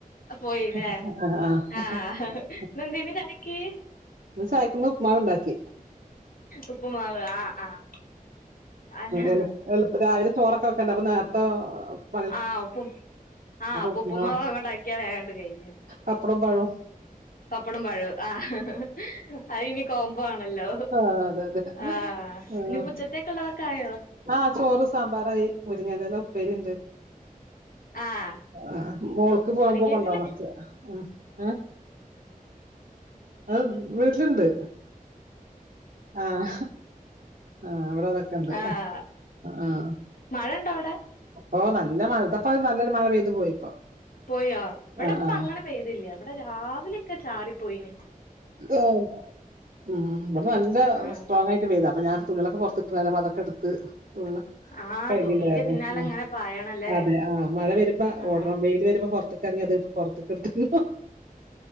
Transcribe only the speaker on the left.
പോയില്ലേ
ആഹ് ഇന്നെന്തേനു ചായക്ക്
ഉപ്പുമാവ് ആഹ് ആഹ് അല്ല
ആഹ് ഉപ്പും ആഹ് അപ്പ
ഉപ്പുമാവങ്ങോണ്ടാക്കിയാ വേഗങ്ങട്ട് കഴിഞ്ഞ്
പപ്പടം പഴോം ആഹ് അത് ഇനി കോമ്പോ ആണല്ലോ
ആഹ്
ഇനിപ്പ ഉച്ചത്തേക്കൊള്ളതൊക്കെ ആയോ
ആഹ്
മുരിങ്ങേന്റെല
ആഹ്
മഴണ്ടോ അവിടെ
പോയോ ഇവിടെ
ഇപ്പ
അങ്ങനെ പെയ്തില്ല ഇവിടെ രാവിലെയൊക്കെ ചാറിപ്പോയിനി
ആഹ്
ആഹ്
തുണീന്റെ പിന്നാലെ
അങ്ങനെ പായണല്ലേ
ആഹ്